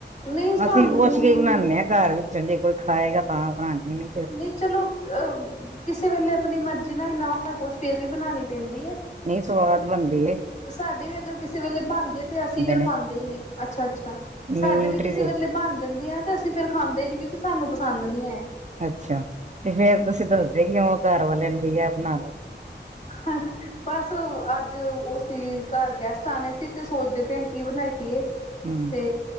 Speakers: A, on the left; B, on the right.
A: ਨਹੀਂ ਸਾਨੂੰ
B: ਅਸੀਂ ਪੁੱਛ ਕੇ ਈ ਬਣਾਨੇ ਆ। ਘਰ ਵਿੱਚੋਂ ਜੇ ਕੋਈ ਖਾਏਗਾ ਤਾਂ ਬਣਾਉਣੇ ਆ ਨ‌ਈ
A: ਨ‌ਈ ਚਲੋ ਅਹ ਕਿਸੇ ਵੇਲੇ ਆਪਣੀ ਮਰਜ਼ੀ ਨਾਲ ਵੀ ਨਾ ਹੋਵੇ ਕੁਛ ਫੇਰ ਵੀ ਬਣਾਣੀ ਪੈਂਦੀ ਏ।
B: ਨ‌ਈ ਸਵਾਦ ਬਣਦੀ ਏ।
A: ਸਾਡੇ ਵੀ ਅਗਰ ਕਿਸੇ ਵੇਲੇ ਬਣ ਜੇ ਤੇ ਅਸੀਂ ਫੇਰ
B: ਨੇ
A: ਖਾਂਦੇ ਈ ਨੀ। ਅੱਛਾ-ਅੱਛਾ,
B: ਨਹੀਂ
A: ਸਾਡੇ
B: ਨਿਊਟਰੀ
A: ਵੀ ਕਿਸੇ
B: ਦੇ
A: ਵੇਲੇ ਬਣਜ ਡੰਡੀਆਂ ਤੇ ਅਸੀਂ ਫੇਰ ਖਾਂਦੇ ਈ ਨੀ ਕਿਉਂਕਿ ਸਾਨੂੰ ਪਸੰਦ ਨੀ ਐ।
B: ਅੱਛਾ ਤੇ ਫੇਰ ਤੁਸੀਂ ਦੱਸਦੇ ਕਿਉੰ ਓ ਘਰਵਾਲੇ ਨੂੰ ਵੀ ਐਹ ਬਣਾ ਲੋ।
A: <inaudible> ਬਸ ਅੱਜ ਓ ਸੀ ਘਰ ਗੈਸਟ ਆਣੇ ਸੀ ਤੇ ਸੋਚਦੇ ਪਏ ਆ ਕੀ ਬਣਾਈਏ?
B: ਹਮ
A: ਤੇ